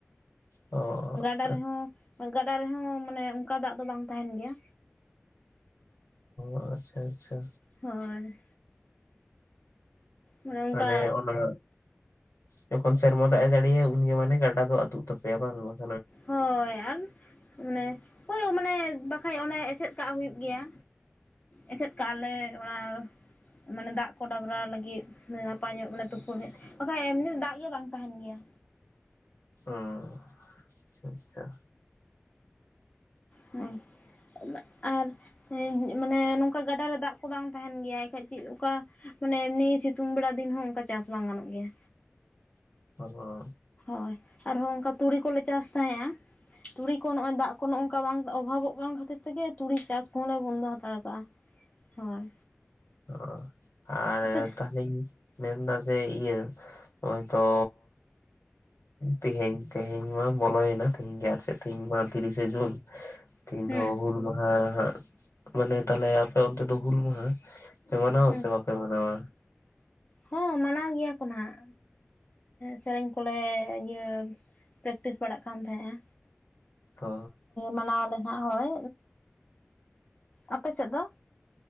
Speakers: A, on the left; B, on the left.
A: ᱚ
B: ᱜᱟᱰᱟ ᱨᱮᱦᱚᱸ ᱜᱟᱰᱟ ᱨᱮᱦᱚᱸ ᱢᱟᱱᱮ ᱚᱱᱠᱟ ᱫᱟᱜ ᱫᱚ ᱵᱟᱝ ᱛᱟᱦᱮᱱ ᱜᱮᱭᱟ
A: ᱟᱪᱪᱷᱟ ᱟᱪᱪᱷᱟ ᱟᱪᱪᱷᱟ
B: ᱦᱳᱭ ᱢᱟᱱᱮ ᱚᱱᱠᱟ
A: ᱟᱱᱮ ᱚᱱᱟ ᱡᱚᱠᱷᱚᱱ ᱥᱮᱨᱢᱟ ᱫᱟᱜ ᱮ ᱡᱟᱲᱤᱭᱟ ᱩᱱᱜᱮ ᱢᱟᱱᱮ ᱜᱟᱰᱟ ᱫᱚ ᱟᱹᱛᱩᱜ ᱛᱟᱯᱮᱭᱟ ᱵᱟᱝ ᱵᱟᱝ
B: ᱦᱳᱭ ᱟᱨ ᱢᱟᱱᱮ ᱦᱳᱭ ᱢᱟᱱᱮ ᱵᱟᱠᱷᱟᱡ ᱚᱱᱮ ᱮᱥᱮᱫ ᱠᱟᱜ ᱦᱩᱭᱩᱜ ᱜᱮᱭᱟ ᱮᱥᱮᱫ ᱠᱟᱜᱼᱟ ᱞᱮ ᱚᱱᱟ ᱢᱟᱱᱮ ᱫᱟᱜ ᱠᱚ ᱰᱟᱵᱽᱨᱟ ᱞᱟᱹᱜᱤᱫ ᱱᱟᱯᱟᱭ ᱧᱚᱜ ᱢᱟᱱᱮ ᱛᱩᱯᱩᱱ ᱦᱳᱜ ᱵᱟᱠᱷᱟᱡ ᱮᱢᱱᱤ ᱨᱮ ᱫᱟᱜ ᱜᱮ ᱵᱟᱝ ᱛᱟᱦᱮᱱ ᱜᱮᱭᱟ
A: ᱚ ᱟᱪᱪᱷᱟ ᱟᱪᱪᱷᱟ
B: ᱦᱮᱸ ᱟᱨ ᱢᱟᱱᱮ ᱱᱚᱝᱠᱟ ᱜᱟᱰᱟᱨᱮ ᱫᱟᱜ ᱠᱚ ᱵᱟᱝ ᱛᱟᱦᱮᱱ ᱜᱮᱭᱟ ᱮᱱᱠᱷᱟᱡ ᱪᱮᱫ ᱠᱟ ᱢᱟᱱᱮ ᱮᱢᱱᱤ ᱥᱤᱛᱩᱝ ᱵᱮᱲᱟ ᱫᱤᱱ ᱦᱚᱸ ᱚᱱᱠᱟ ᱪᱟᱥ ᱵᱟᱝ ᱜᱟᱱᱚᱜ ᱜᱮᱭᱟ
A: ᱚᱦᱚᱸᱜ
B: ᱦᱚᱭ ᱟᱨᱦᱚᱸ ᱚᱱᱠᱟ ᱛᱩᱲᱤ ᱠᱚᱞᱮ ᱪᱟᱥ ᱛᱟᱦᱮᱸᱫᱼᱟ ᱛᱩᱲᱤ ᱠᱚ ᱱᱚᱜᱼᱚᱭ ᱫᱟᱜ ᱠᱚ ᱱᱚᱝᱠᱟ ᱵᱟᱝ ᱚᱵᱷᱟᱵᱚᱜ ᱠᱟᱱ ᱠᱷᱟᱹᱛᱤᱨ ᱛᱮᱜᱮ ᱛᱩᱲᱤ ᱪᱟᱥ ᱠᱚᱦᱚᱸᱞᱮ ᱵᱚᱱᱫᱚ ᱦᱟᱛᱟᱲ ᱠᱟᱜᱼᱟ ᱦᱳᱭ
A: ᱚ ᱟᱨ
B: ᱟᱯᱮ ᱥᱮᱫ
A: ᱛᱟᱦᱚᱞᱮᱧ ᱢᱮᱱᱫᱟ ᱡᱮ ᱤᱭᱟᱹ ᱦᱚᱸᱜ-ᱚᱭ ᱛᱚ ᱛᱮᱦᱮᱧ ᱛᱮᱦᱮᱧ ᱢᱟ ᱵᱚᱞᱚᱭᱮᱱᱟ ᱛᱮᱦᱮᱧ ᱜᱮ ᱟᱞᱮ ᱥᱮᱫ ᱛᱮᱦᱮᱧ ᱢᱟ ᱛᱤᱨᱤᱥᱮ ᱡᱩᱱ ᱛᱮᱦᱮᱧ
B: ᱦᱩᱸ
A: ᱫᱚ ᱦᱩᱞ ᱢᱟᱦᱟ ᱦᱟᱸᱜ ᱢᱟᱱᱮ ᱛᱟᱦᱚᱞᱮ ᱟᱯᱮ ᱚᱱᱛᱮ ᱫᱚ ᱦᱩᱞ ᱢᱟᱦᱟ ᱯᱮ ᱢᱟᱱᱟᱣᱟ
B: ᱦᱩᱸ
A: ᱥᱮ ᱵᱟᱯᱮ ᱢᱟᱱᱟᱣᱟ
B: ᱦᱚᱸ ᱢᱟᱱᱟᱣ ᱜᱮᱭᱟ ᱠᱚ ᱦᱟᱸᱜ ᱥᱮᱨᱮᱧ ᱠᱚᱞᱮ ᱤᱭᱟᱹ ᱯᱮᱠᱴᱤᱥ ᱵᱟᱲᱟᱜ ᱠᱟᱱ ᱛᱟᱦᱮᱸᱼᱟ
A: ᱛᱚ
B: ᱢᱟᱱᱟᱣᱟᱞᱮ ᱱᱟ ᱦᱳᱭ ᱟᱯᱮ ᱥᱮᱫ ᱫᱚ